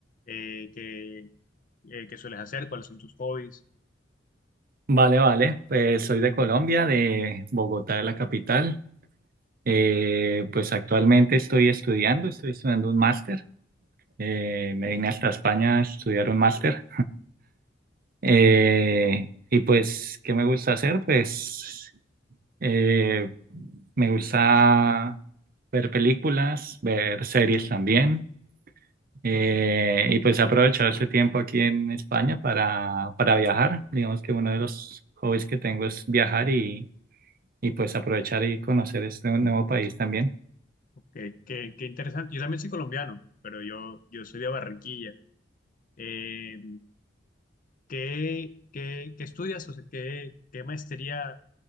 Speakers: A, on the left; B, on the right.
A: eh, qué, eh, qué sueles hacer, cuáles son tus hobbies.
B: Vale, vale, pues soy de Colombia, de Bogotá, de la capital. Eh, pues actualmente estoy estudiando, estoy estudiando un máster. Eh, me vine hasta España a estudiar un máster. Eh, y pues, ¿qué me gusta hacer? Pues eh, me gusta ver películas, ver series también. Eh, y pues he aprovechado este tiempo aquí en España para, para viajar. Digamos que uno de los hobbies que tengo es viajar y, y pues aprovechar y conocer este nuevo país también.
A: Qué, qué- qué interesante. Yo también soy colombiano, pero yo, yo soy de Barranquilla. Eh, ¿qué, qué- qué estudias? O sea, ¿qué, qué maestría